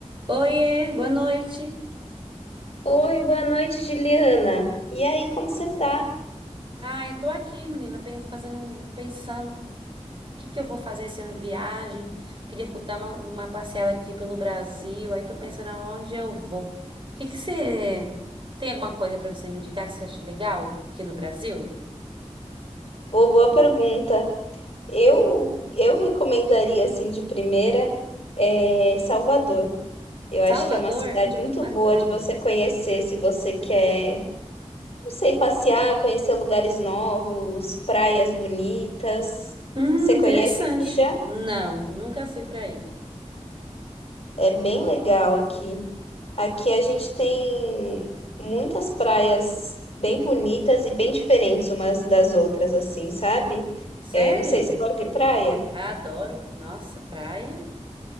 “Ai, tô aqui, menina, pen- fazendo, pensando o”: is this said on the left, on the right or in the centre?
Right